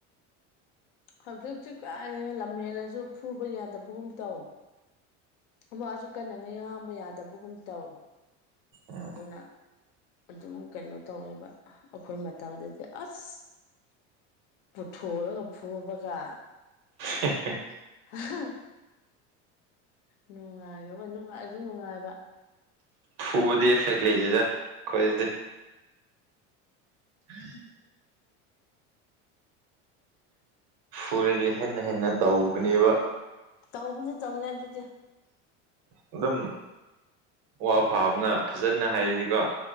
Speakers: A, on the left; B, on the right.
A: ꯍꯧꯖꯤꯛꯇꯤ ꯀꯥꯏꯗꯒꯤ ꯂꯝꯍꯦꯜꯂꯁꯨ ꯐꯨꯕ ꯌꯥꯗꯕꯒꯨꯝ ꯇꯧ ꯋꯥꯁꯨ ꯀꯟꯅ ꯉꯩ ꯉꯥꯡꯕ ꯌꯥꯗꯕꯒꯨꯝ ꯇꯧ
B: ꯎꯝ
A: ꯑꯗꯨꯅ ꯑꯗꯨꯝ ꯀꯩꯅꯣ ꯇꯧꯋꯦꯕ ꯑꯩꯈꯣꯏ ꯃꯇꯝꯗꯗꯤ ꯑꯁ ꯄꯨꯊꯣꯔꯒ ꯐꯨꯕꯒ
B: ꯍꯦ ꯍꯦ
A: ꯑꯍ ꯅꯨꯡꯉꯥꯏꯒꯕ ꯅꯨꯡꯉꯥꯏꯁꯨ ꯅꯨꯡꯉꯥꯏꯕ
B: ꯐꯨꯕꯗꯤ ꯑꯦꯐꯦꯛꯦ ꯂꯩꯗꯦꯗ ꯈꯣꯏꯗꯗꯤ ꯎꯝ ꯐꯨꯔꯗꯤ ꯍꯦꯟꯅ ꯍꯦꯟꯅ ꯇꯧꯒꯅꯦꯕ
A: ꯇꯧꯕꯅ ꯆꯧꯅꯦ ꯑꯗꯨꯗꯤ
B: ꯑꯗꯨꯝ ꯋꯥ ꯐꯥꯕꯅ ꯐꯖꯅ ꯍꯥꯏꯔꯤꯁꯤꯀꯣ